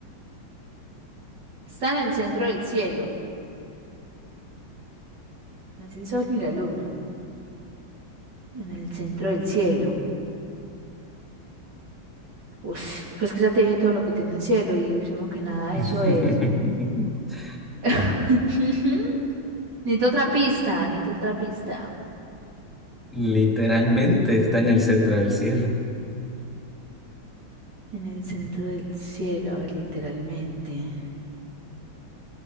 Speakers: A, on the right; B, in the centre.
A: Está en el centro del cielo. No es el sol ni la luna. En el centro del cielo. Uf, es que ya te dije todo lo que tiene el cielo y se me que nada
B: <laughs>
A: eso es. <laughs> Necesito otra pista, necesito otra pista.
B: Literalmente está en el centro del cielo.
A: En el centro del cielo, a ver, literalmente.